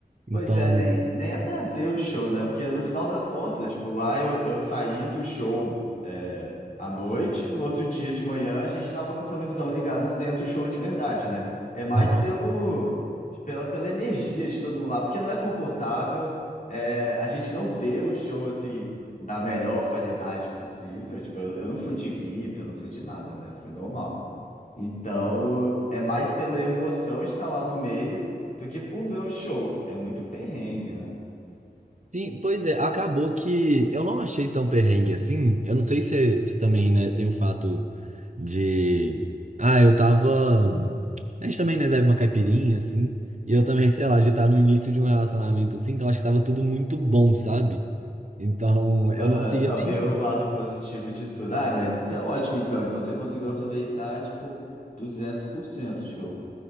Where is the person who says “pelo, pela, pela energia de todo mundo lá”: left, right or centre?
Left